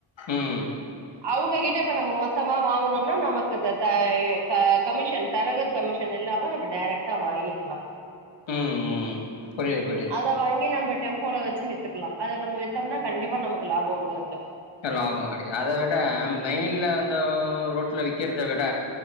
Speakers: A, on the left; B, on the right.
A: உம்
B: அவங்க கிட்ட இப்ப நம்ம மொத்தமா வாங்கனோம்னா நமக்கு இந்த தய த கமிஷன் தரகர் கமிஷன் இல்லாம நம்ம டைரக்டா வாங்கிக்கிலா
A: ம் புரியுது புர்
B: அத வாங்கி நம்ம டெம்போல வச்சி வித்துக்கிலா அத நம்ம வித்தோம்னா கண்டிப்பா நமக்கு லாபோ உண்டு இல்ல
A: லாபோ கேடைக்கு அத விட மெயின்ல அந்த ஒ ஒ ரோட்ல விக்கிறத விட